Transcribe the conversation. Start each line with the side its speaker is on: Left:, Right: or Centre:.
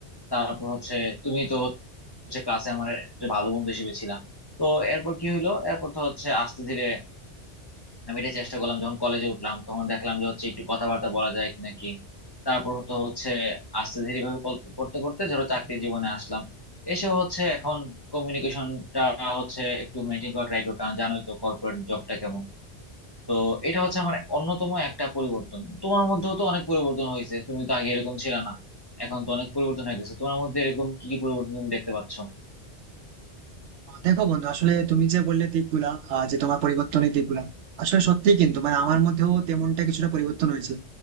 Left: তারপর হচ্ছে তুমি তো হচ্ছে ক্লাসে আমার একটা ভালো বন্ধু হিসেবে ছিলাম তো এরপর কি হলো এরপর তো হচ্ছে আস্তে ধীরে আমি এটা চেষ্টা করলাম যখন কলেজে উঠলাম তখন দেখলাম যে হচ্ছে একটু কথাবার্তা বলা যায় কি নাকি তারপর তো হচ্ছে আস্তে ধীরে ভাবে করতে করতে ধরো চাকরি জীবনে আসলাম এসব হচ্ছে এখন কমিউনিকেশনটা হচ্ছে একটু মেনটেন করা ট্রাই করি কারণ জানোই তো কর্পোরেট জবটা কেমন তো এটা হচ্ছে আমার অন্যতম একটা পরিবর্তন তোমার মধ্যেও তো অনেক পরিবর্তন হয়েছে তুমি তো আগে এরকম ছিল না এখন তো অনেক পরিবর্তন হয়ে গেছে তোমার মধ্যে এরকম কি কি পরিবর্তন তুমি দেখতে পাচ্ছ
Right: দেখো বন্ধু আসলে তুমি যে বললে দিকগুলা আহ, যে তোমার পরিবর্তনের দিকগুলা আসলে সত্যি কিন্তু মানে আমার মধ্যেও তেমনটা কিছুটা পরিবর্তন হয়েছে